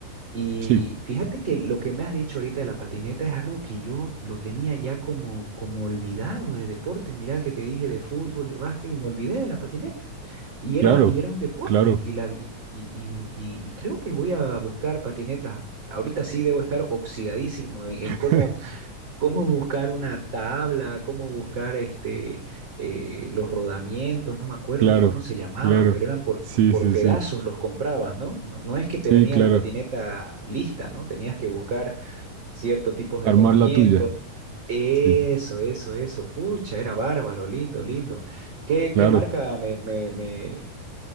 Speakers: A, on the right; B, on the right.
A: Y
B: sí,
A: fíjate que lo que me has dicho ahorita de la patineta es algo que yo lo tenía ya como, como olvidado de deporte. Mira que te dije de fútbol, de básquet y me olvidé de la patineta. Y
B: claro,
A: era, y era un deporte.
B: claro.
A: Y, la, y, y- y- y- y creo que voy a buscar patinetas. Ahorita sí debo estar oxidadísimo en,
B: <laughs>
A: en cómo, cómo buscar una tabla, cómo buscar este, eh, los rodamientos, no me acuerdo
B: Claro,
A: ni cómo se llamaban,
B: claro.
A: pero eran por,
B: Sí,
A: por
B: sí,
A: pedazos
B: sí.
A: los comprabas, ¿no? No, no es que te
B: Sí,
A: venía
B: claro.
A: la patineta lista, ¿no? Tenías que buscar ciertos tipos
B: Armar
A: de rodamientos.
B: la tuya.
A: Eso,
B: Sí,
A: eso, eso. Pucha, era bárbaro, lindo, lindo. ¿Qué,
B: claro.
A: qué marca me, me, me,